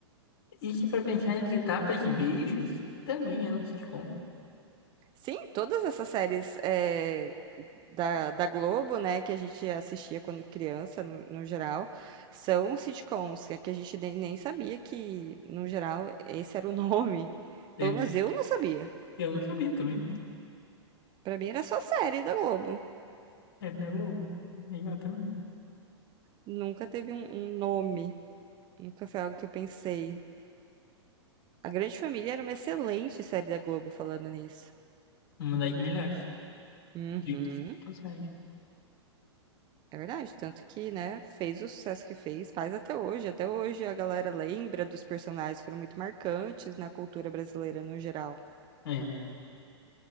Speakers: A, on the left; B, on the right.
A: E se for pensar entre tapas e beijos, também era um sitcom.
B: Sim, todas essas séries é, da, da Globo, né, que a gente assistia quando criança, no, no geral, são sitcoms, que é que a gente nem, nem sabia que, no geral, esse era o <laughs> nome.
A: É.
B: Pelo menos eu não sabia.
A: Eu não sabia também.
B: Pra mim era só série da Globo.
A: Era da Globo. Exatamente.
B: Nunca teve um, um nome. Nunca foi algo que eu pensei. A Grande Família era uma excelente série da Globo, falando nisso.
A: Uma das melhores.
B: Uhum.
A: Diga-se de passagem.
B: É verdade, tanto que, né, fez o sucesso que fez, faz até hoje. Até hoje a galera lembra dos personagens que foram muito marcantes na cultura brasileira no geral.
A: É.